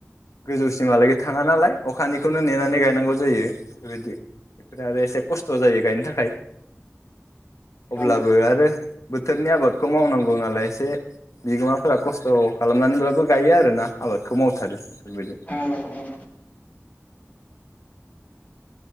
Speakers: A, on the left; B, on the left.
A: गोजौसिमहालागै थाङा नालाय अखानिखौनो नेनानै गायनांगौ जायो बेफोरबायदि बेफोर आरो एसे खस्थ जायो गायनो थाखाय अब्लाबो
B: औ
A: आरो बोथोरनि आबादखौ मावनांगौ नालाय एसे बिगोमाफोरा खस्थ खालामनानैब्लााबबो गायो आरोना आबादखौ मावथारो बेफोरबायदि
B: औ औ